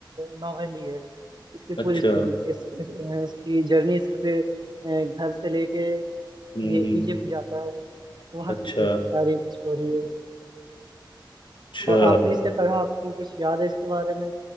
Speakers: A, on the right; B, on the left.
A: नॉवेल ही है इसकी
B: अच्छा
A: पूरी स्टोरी इसकी जर्नी इसके अ, घर से लेके
B: हम्म
A: ये इजिप्ट जाता है वहां
B: अच्छा
A: तक की इसकी सारी स्टोरी है
B: अच्छा
A: और आपने इसे पढ़ा आपको कुछ याद है इसके बारे में